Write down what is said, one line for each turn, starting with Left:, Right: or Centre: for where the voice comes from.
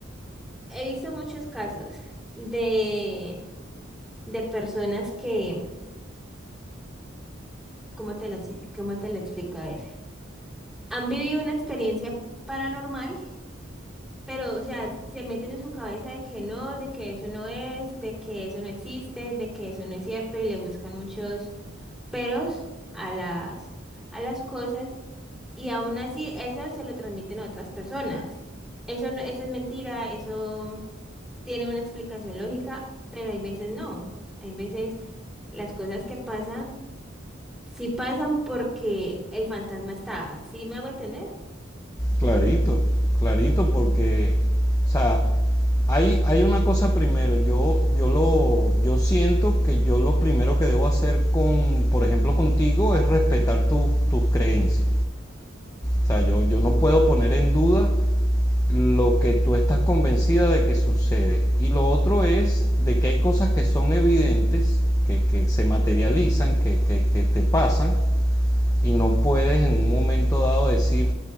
Centre: he visto muchos casos de, de personas que, ¿cómo te lo, si- cómo te lo explico? A ver. han vivido una experiencia paranormal, pero, o sea, se meten en su cabeza de que no, de que eso no es, de que eso no existe, de que eso no es cierto y le buscan muchos peros a las, a las cosas y aún así eso se lo transmiten a otras personas. Eso no, eso es mentira, eso tiene una explicación lógica, pero hay veces no. Hay veces las cosas que pasan, sí pasan porque el fantasma está. ¿Sí me hago entender?
Left: Clarito, clarito, porque, o sea, hay, hay una cosa primero, yo, yo lo, yo siento que yo lo primero que debo hacer con, por ejemplo, contigo es respetar tus tus creencias. O sea, yo, yo no puedo poner en duda lo que tú estás convencida de que sucede. Y lo otro es de que hay cosas que son evidentes, que, que se materializan, que, que, que te pasan, y no puedes en un momento dado decir,